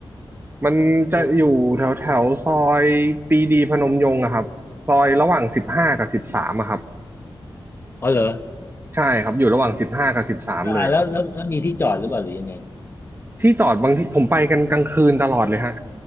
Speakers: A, on the right; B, on the left.
A: มันจะอยู่แถวแถวซอยปรีดีพนมยงค์อะครับซอยระหว่างสิบห้ากับสิบสามอะครับ
B: โอ้อ๋อเหรอ
A: ใช่ครับอยู่ระหว่างสิบห้ากับสิบสามเลย
B: อ่าแล้วแล้วแล้วมีที่จอดหรือเปล่าหรือยังไง
A: ที่จอดบางที่ผมไปกันกลางคืนตลอดเลยฮะ